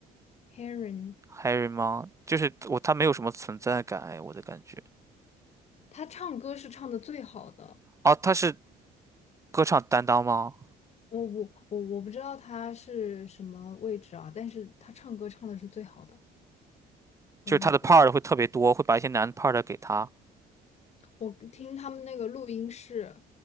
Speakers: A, on the left (about 40°); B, on the right (about 20°).
A: Harry，
B: Harry 吗？就是我他没有什么存在感哎，我的感觉。
A: 他唱歌是唱的最好的。
B: 哦，他是歌唱担当吗？
A: 我我我我不知道他是什么位置啊，但是他唱歌唱的是最好的。呃，
B: 就是他的 part 会特别多，会把一些难的 part 给他。
A: 我听他们那个录音室，